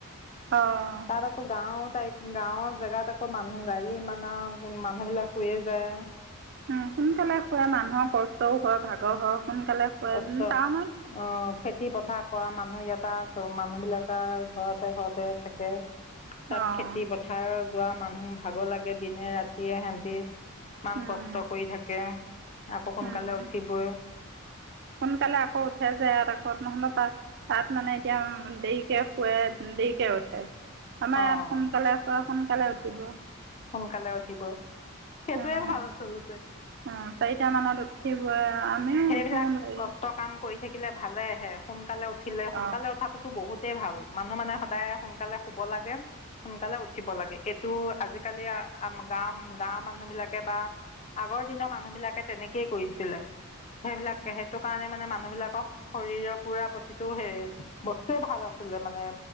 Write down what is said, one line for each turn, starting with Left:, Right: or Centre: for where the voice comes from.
Right: অ'
Left: তাত আকৌ গাঁৱৰ টাইপ, গাঁৱৰ জেগাত আকৌ মানুহ, গাড়ী ইমান আৰু মানুহবিলাক শুয়ে যায়।
Right: উম সোনকালে শুৱে, মানুহৰ কষ্টও হয়, ভাগৰ হয়, সোনকালে শুৱে
Left: কষ্ট অ',
Right: টাউনত
Left: খেতি পথাৰ কৰা মানুহ ইয়াতে আছোঁ, মানুহ বিলাক আৰু ঘৰতে ঘৰতে থাকে। তাত
Right: অঁ
Left: খেতি পথাৰ যোৱা, মানুহ ভাগৰ লাগে, দিনে-ৰাতিয়ে সিহেতি ইমান
Right: উম
Left: কষ্ট কৰি থাকে, আকৌ সোনকালে
Right: উম
Left: উঠিবই
Right: সোনকালে আকৌ উঠে‌ যে, ইয়াত আকৌ নহলে পাছ- তাত মানে এতিয়া উম দেৰিকে শুৱে, দেৰিকে উঠে। আমাৰ
Left: অঁ
Right: ইয়াত সোনকালে শুৱে, সোনকালে উঠিব।
Left: সোনকালে উঠিব সেইটোয়ে
Right: উম,
Left: ভাল আচলতে,
Right: উম, চাৰিটা মানত উঠিবই আমিও
Left: সেইবিলাক
Right: উঠো ধৰি
Left: কষ্ট কাম কৰি থাকিলে ভালেহে, সোনকালে উঠিলে, সোনকালে
Right: অঁ
Left: উঠাতো টো বহুতেই ভাল, মানুহ মানে সদায় সোনকালে শুব লাগে, সোনকালে উঠিব লাগে, এইটো আজি কালি গাও, গাঁৱৰ মানুহ বিলাকে বা আগৰ দিনৰ মানুহ বিলাকে তেনেকেই কৰিছিলে, সেইবিলাক সেইটো কাৰণেই মানে মানুহ বিলাকক শৰীৰৰ পুৰা প্ৰতিটো, সেই বস্তুৱে ভাল আছিলে মানে।